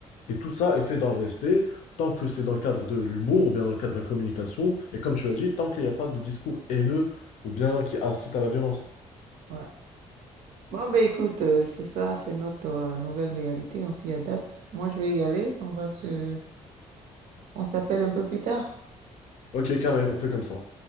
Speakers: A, on the left; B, on the right.
A: Et tout ça est fait dans le respect, tant que c'est dans le cadre de l'humour ou bien dans le cadre de la communication, et comme tu as dit, tant qu'il n'y a pas de discours haineux ou bien qui incite à la violence.
B: ouais. Bon, ben écoute, euh, c'est ça, c'est notre euh, nouvelle réalité, on s'y adapte. Moi, je vais y aller, on va se... On s'appelle un peu plus tard.
A: Ok, carré, on fait comme ça.